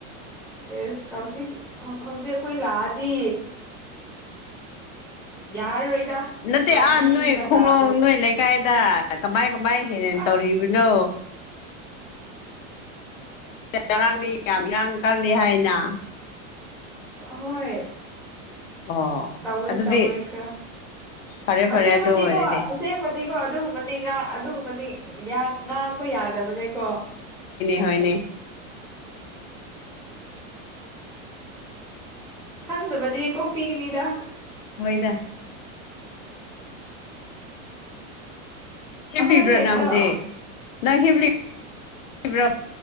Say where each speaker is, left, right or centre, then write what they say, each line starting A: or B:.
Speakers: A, in the centre; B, on the left.
A: ꯑꯦꯁ ꯍꯧꯖꯤꯛ ꯍꯧꯖꯤꯛ ꯑꯩꯈꯣꯏ ꯂꯥꯛꯑꯗꯤ ꯌꯥꯔꯔꯣꯏꯗ
B: ꯅꯠꯇꯦ
A: ꯂꯝꯕꯤ
B: ꯑꯥ ꯅꯣꯏ
A: ꯃꯇꯥꯗꯨꯒ
B: ꯈꯣꯡꯂꯣꯡ ꯅꯣꯏ ꯂꯩꯀꯥꯏꯗ ꯀꯃꯥꯏ ꯀꯃꯥꯏ ꯍꯦꯟꯅ
A: ꯑꯁ
B: ꯇꯧꯔꯤꯕꯅꯣ
A: <unintelligible>
B: ꯆꯔꯥꯡꯅꯤ ꯌꯥꯝ ꯑꯪꯀꯜꯅꯤ ꯍꯥꯏꯅ
A: ꯍꯣꯏ
B: ꯑꯣ
A: ꯇꯧꯋꯦ
B: ꯑꯗꯨꯗꯤ
A: ꯇꯧꯋꯦ ꯈꯔ
B: ꯐꯔꯦ
A: ꯑꯁꯦꯡꯕꯗꯤꯀꯣ
B: ꯐꯔꯦ ꯑꯗꯨ ꯑꯣꯏꯔꯗꯤ
A: ꯑꯁꯦꯡꯕꯗꯤꯀꯣ ꯑꯗꯨꯒꯨꯝꯕꯅꯤ ꯉꯥ ꯑꯗꯨꯒꯨꯝꯕꯅꯤ ꯉꯥꯡꯕ ꯌꯥꯗꯕꯅꯦꯀꯣ
B: ꯍꯅꯦ
A: ꯈꯪꯗꯕꯗꯤ ꯀꯣꯛꯄꯤꯒꯅꯤꯗ
B: ꯍꯣꯏꯗ ꯍꯦꯂꯤꯕ꯭ꯔꯥ
A: ꯑꯃꯗꯨ ꯂꯩꯇ꯭ꯔꯣ
B: ꯅ ꯍꯧꯖꯤꯦ ꯅꯪ ꯍꯦꯕꯂꯤꯕ꯭ꯔ ꯍꯕ꯭ꯔꯥ